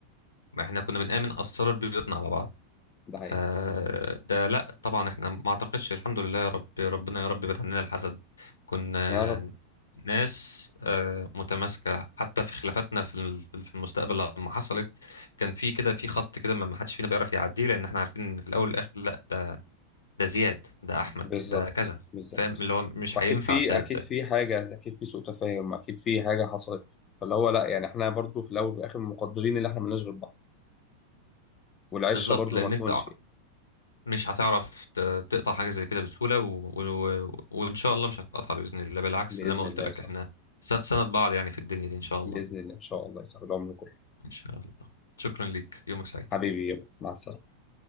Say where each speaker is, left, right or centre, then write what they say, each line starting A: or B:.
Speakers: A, on the left; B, on the left.
A: ما احنا كنا بنآمن أسرار بيوتنا على بعض
B: ده حقيقي
A: آه ده لا طبعا احنا ما اعتقدش الحمد لله يا رب ربنا يا رب بعد عننا الحسد كنا
B: يا رب
A: ناس آه متماسكة حتى في خلافاتنا في ال- في المستقبل لما حصلت كان في كده في خط كده ما ما حدش فينا بيعرف يعديه لأن احنا عارفين ان في الأول والآخر لا ده زياد ده أحمد
B: بالظبط
A: ده كذا
B: بالظبط
A: فاهم اللي هو مش
B: وأكيد
A: هينفع
B: في
A: ت- ت-
B: أكيد في حاجة أكيد في سوء تفاهم أكيد في حاجة حصلت فاللي هو لا يعني إحنا برضو في الأول وفي الآخر مقدرين إن إحنا ملناش غير بعض والعشرة
A: بالظبط
B: برضو
A: لأن
B: ما تكونش
A: انت مش هتعرف ت- تقطع حاجة زي كده بسهولة و... و... وإن شاء الله مش هتقطع بإذن الله بالعكس
B: بإذن
A: زي ما قلت
B: الله
A: لك
B: يا صاحبي
A: إحنا س- سند بعض يعني في الدنيا دي إن شاء الله
B: بإذن الله إن شاء الله يا صاحبي العمر كله
A: إن شاء الله شكرا ليك يومك سعيد
B: حبيبي يلا مع السلامة